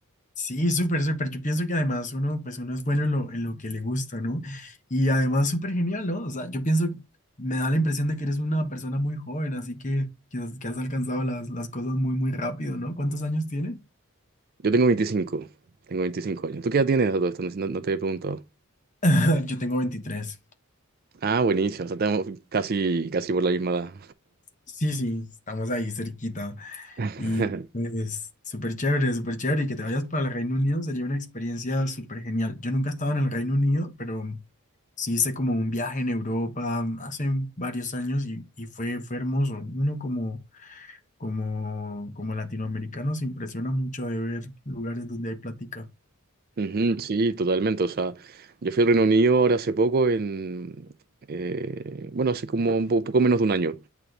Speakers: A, on the left (about 35°); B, on the right (about 40°).
A: Sí, súper, súper. Yo pienso que además uno, pues uno es bueno en lo, en lo que le gusta, ¿no? Y además súper genial, ¿no? O sea, yo pienso, me da la impresión de que eres una persona muy joven, así que quizás que has alcanzado las, las cosas muy, muy rápido, ¿no? ¿Cuántos años tienes?
B: Yo tengo 25, tengo 25 años. ¿Tú qué edad tienes a todo esto? No, no- no te he preguntado.
A: <laughs> Yo tengo veintitrés
B: Ah, buenísimo, o sea, tenemos casi, casi por la misma
A: Sí, sí, estamos ahí cerquita.
B: edad.
A: Y
B: <laughs>
A: pues súper chévere, súper chévere. Y que te vayas para el Reino Unido sería una experiencia súper genial. Yo nunca he estado en el Reino Unido, pero Sí, hice como un viaje en Europa hace varios años y, y fue, fue hermoso. Uno como, como, como latinoamericano se impresiona mucho de ver lugares donde hay plática.
B: Ujú, sí, totalmente. O sea, yo fui al Reino Unido ahora hace poco, en, eh, bueno, hace como un po- poco menos de un año.